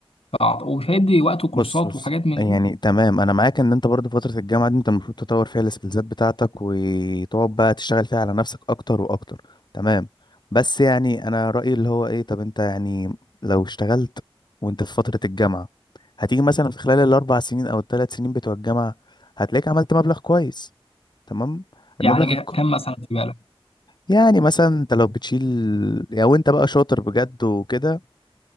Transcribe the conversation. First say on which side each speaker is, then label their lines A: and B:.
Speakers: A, on the left (about 70°); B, on the left (about 45°).
A: فأعت- ومش هيدي وقته كورسات
B: بص بص
A: وحاجات من
B: يعني
A: دي
B: تمام انا معاك ان انت برضه فترة الجامعة دي انت المفروض تطور فيها السكيلزات بتاعتك وتقعد بقى تشتغل فيها على نفسك اكتر واكتر تمام بس يعني انا رأيي اللي هو ايه طب انت يعني لو اشتغلت وانت في فترة الجامعة هتيجي مثلا في خلال الاربع سنين او الثلاث سنين بتوع الجامعة هتلاقيك عملت مبلغ كويس تمام
A: يعني
B: المبلغ الك-
A: كم مثلا في بالك
B: يعني مثلا انت لو بتشيل لو انت بقى شاطر بجد وكده